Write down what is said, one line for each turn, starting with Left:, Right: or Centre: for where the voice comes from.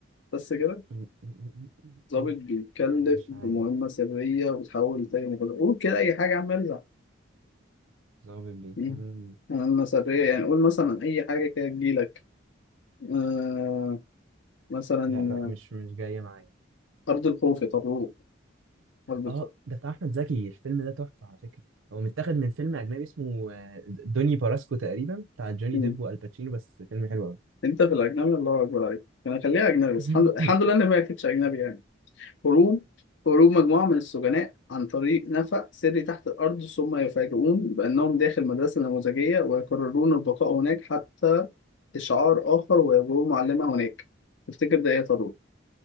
Left: بس كده
Right: م- م-
Left: ضابط
Right: م-
Left: بيتكلف
Right: لا انا مش
Left: بمهمه
Right: عارف
Left: سريه وبتحول لتاجر مخدرات قول كده اي حاجه يا عم ارزع
Right: ظابط بيتكلم
Left: مم. مهمه سريه يعني قول مثلا اي حاجه كده تجيلك آه مثلا
Right: لا لا مش مش جاية معايا
Left: آه، ارض الخوف يا طارق مظبوط
Right: اه ده بتاع احمد زكي الفيلم ده تحفة على فكرة هو متاخد من فيلم اجنبي اسمه آه، دوني باراسكو تقريبا بتاع جوني
Left: مم.
Right: ديب والباتشينو بس فيلم حلو قوي
Left: انت في الاجنبي الله اكبر عليك انا خليها اجنبي بس
Right: <laughs>
Left: الحمد, الحمد لله ان ما كانتش اجنبي يعني هروب هروب مجموعه من السجناء عن طريق نفق سري تحت الارض ثم يفاجئون بانهم داخل مدرسه نموذجيه ويقررون البقاء هناك حتى اشعار اخر ويجرون معلمه هناك تفتكر ده ايه يا طارق